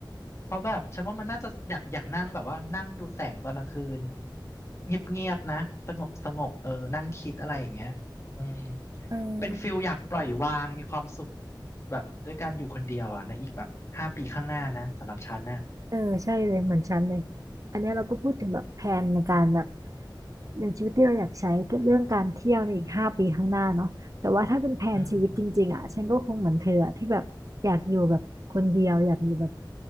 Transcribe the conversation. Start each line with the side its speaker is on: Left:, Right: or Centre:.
Left: เพราะแบบฉันว่ามันน่าจะอยากอยากนั่งแบบว่านั่งดูแสงตอนกลางคืนเงียบๆนะสงบสงบเออนั่งคิดอะไรอย่างเงี้ยอืม
Right: เออ
Left: เป็นฟิลอยากปล่อยวางมีความสุขแบบด้วยการอยู่คนเดียวอ่ะในอีกแบบห้าปีข้างหน้านะสำหรับฉันน่ะ
Right: เออใช่เลยเหมือนฉันเลยอันเนี้ยเราก็พูดถึงแบบแผนในการแบบ
Left: อืม
Right: เรื่ชีวิตที่เราอยากใช้ก็เรื่องการเที่ยวในอีกห้าปีข้างหน้าเนาะแต่ว่าถ้าเป็นแผนชีวิตจริงๆอ่ะฉันก็คงเหมือนเธออะที่แบบอยากอยู่แบบคนเดียวอยากอยู่แบบ
Left: อืม